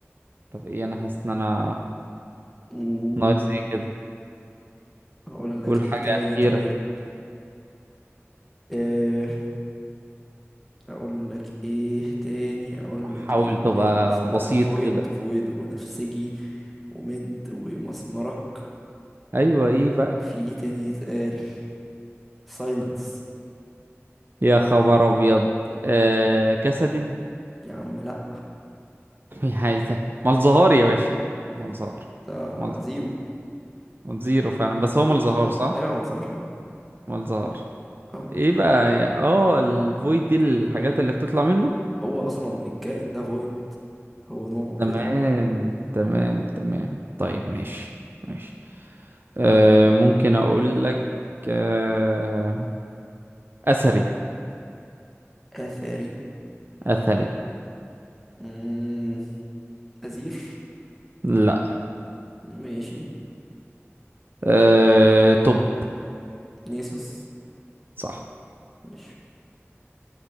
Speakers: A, on the right; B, in the centre.
A: طب ايه انا حاسس ان انا
B: مم،
A: ناقص ايه كده
B: هقول لك
A: قول
B: ايه
A: حاجة
B: تاني
A: أخيرة
B: طيب آه، اقول لك ايه تاني اقول
A: حاول
B: لك ايه
A: تبقى
B: تاني اصل
A: بسيط
B: فويد
A: كده
B: فويد وبنفسجي وميد ومسمرك
A: ايوه ايه بقى
B: في ايه تاني يتقال سايلنس
A: يا خبر ابيض آه كسد <laughs>
B: يا عم لا
A: حاجة مالزهار يا باشا
B: ما
A: مالزهار
B: ده
A: مالزهار
B: زيرو
A: مالزيرو فعلا بس هو
B: زيرو
A: مالزهار صح
B: ايوه ما نظهرش
A: مالزهار
B: اه
A: ايه بقى يا اه الفويد دي الحاجات اللي بتطلع منه
B: هو اصلا الكائن ده فويد هو نوعه
A: تمام
B: كده
A: تمام تمام طيب ماشي ماشي آه ممكن اقول لك آه اثري
B: اثري
A: اثري
B: امم ازير
A: لا
B: ماشي
A: آه طب
B: نيسوس
A: صح
B: مش